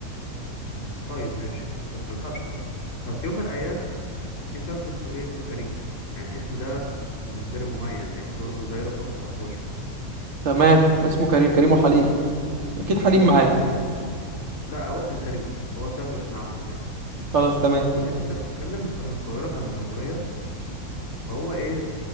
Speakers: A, on the left; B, on the right.
A: طيب ماشي بس ما تخافش بقى ففي يوم من الأيام جه شاب اسمه إيه اسمه كريم يعني الاسم ده بالنسبة لي مميز يعني برضه زي رقم 17
B: تمام اسمه كريم كريم وحليم اكيد
A: بالظبط
B: حليم معاه
A: كريم ده لا هو كان كريم هو سبب ابن عمه هناك
B: خلاص تمام
A: المهم الكلام ده الكلام ده من- كان من القاهرة كان من المطرية فهو ايه